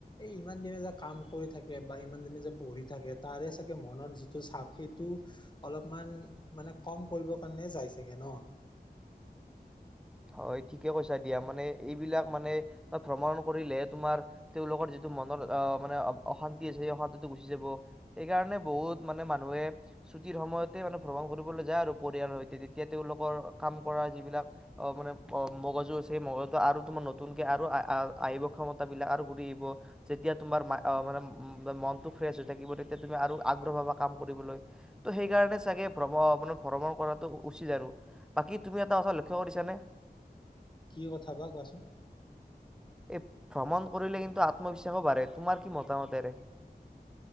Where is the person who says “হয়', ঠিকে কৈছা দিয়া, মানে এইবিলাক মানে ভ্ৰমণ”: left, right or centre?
Centre